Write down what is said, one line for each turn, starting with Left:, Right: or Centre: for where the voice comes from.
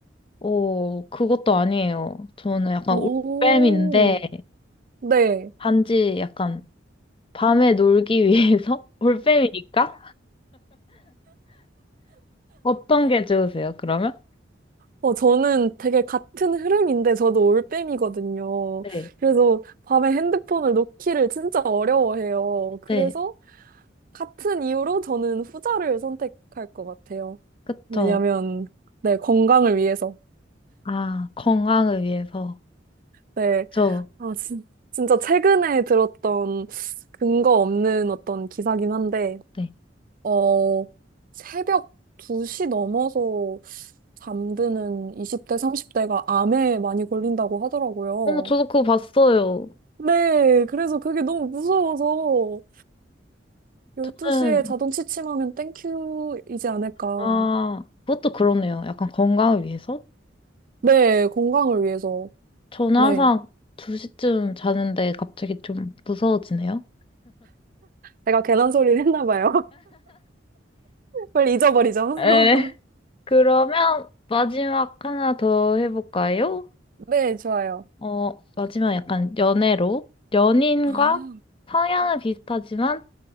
Left: 어, 그것도 아니에요. 저는 약간
Right: 오,
Left: 올빼미인데,
Right: 네.
Left: 단지 약간 밤에 놀기 위해서? <laughs> 올빼미니까? 어떤 게 좋으세요, 그러면?
Right: 어, 저는 되게 같은 흐름인데 저도 올빼미거든요.
Left: 네,
Right: 그래서 밤에 핸드폰을 놓기를 진짜 어려워해요. 그래서
Left: 네,
Right: 같은 이유로 저는 후자를 선택할 것 같아요.
Left: 그쵸.
Right: 왜냐면, 네, 건강을 위해서.
Left: 아, 건강을 위해서.
Right: 네.
Left: 그쵸.
Right: 아, 진, 진짜 최근에 들었던 근거 없는 어떤 기사긴 한데,
Left: 네.
Right: 어, 새벽 2시 넘어서 잠드는 20대, 30대가 암에 많이 걸린다고 하더라고요.
Left: 어, 저도 그거 봤어요.
Right: 네, 그래서 그게 너무 무서워서 12시에
Left: 저는,
Right: 자동 취침하면 땡큐이지 않을까.
Left: 아, 그것도 그러네요. 약간 건강을 위해서?
Right: 네, 건강을 위해서.
Left: 저는
Right: 네.
Left: 항상 2시쯤 자는데 갑자기 좀 무서워지네요.
Right: 제가 괜한 소리를 했나 봐요. <laughs> 빨리 잊어버리죠.
Left: 에, 그러면 마지막 하나 더 해볼까요?
Right: <laughs> 네, 좋아요.
Left: 어, 마지막 약간 연애로. 연인과
Right: 아,
Left: 성향은 비슷하지만